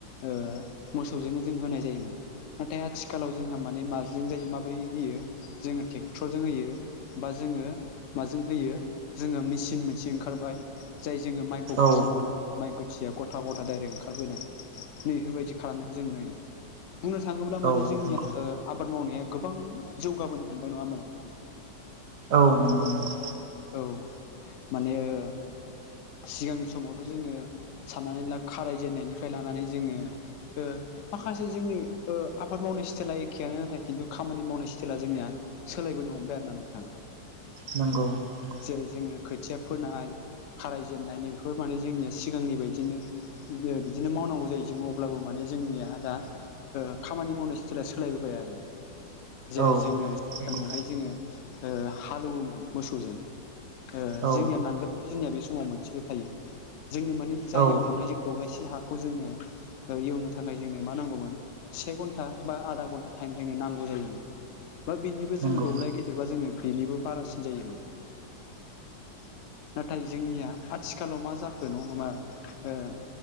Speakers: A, on the left; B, on the right.
A: ओ मोसौजोंनो जों होनाय जायोमोन नाथाय आथिखालाव जोंहा माने माजों जायो माबोरै होयो जोङो ट्रेक्टरजों होयो बा जोङो माजों होयो जोङो मेचिन मोनसे ओंखारबाय जाय जोङो माइखौ गारसनबानो
B: औ
A: माइ गुथिया गथा गथा डाइरेक्ट ओंखारबोनाय नै बेफोरबायदि खालामनायखौ जों नुयो बुंनो थाङोब्ला माने
B: औ
A: जोंनिया
B: नंगौ
A: ओ आबाद मावनाया गोबां जौगाबोनो हमबाय होनबा नोंथां
B: औ नंगौ नंगौ
A: औ माने ओ सिगांनि समावथ' जोङो साननानै ला खारायजेननायनिफ्राय लानानै जोङो ओ माखासे जोंनि ओ आबाद मावनाय स्टाइला एखेयानो नाथाय खिन्थु खामानि मावनाय स्टाइला जोंनिया सोलायबोनो हमबाय आरो ना नोंथां
B: नंगौ नंगौ
A: जेरै जोङो खोथिया फोनाय खाराय जेननाय नै बेफोर माने जोंनिया सिगांनि बायदिनो बिदिनो मावनांगौ जायो जों अब्लाबो माने जोंनिया दा ओ खामानि मावनाय सिथाइला सोलायबोबाय आरो जेरै
B: औ
A: जोङो सिगाङावहाय
B: नंगौ
A: जोङो हालौवोमोन मोसौजों ओ
B: औ
A: जोंनिया नांगोला जोंनिया बे समाव मोनसेल' थायो जोंनि मानिे जायगायाव
B: औ
A: लांनाय जाय दबलायसे हाखौ जोङो एवनो थाखाय जोंनो मा नांगौमोन से घन्टा बा आधा घन्टा टाइम जोंङनो नांगौ जायोमोन बा बेनिबो
B: नंगौ
A: जोङो दब्लाय गिदिरबा जोङो बेनिबो बारासिन जायोमोन। नाथाय जोंनिया आथिखालाव मा जाखो नङाबा ओ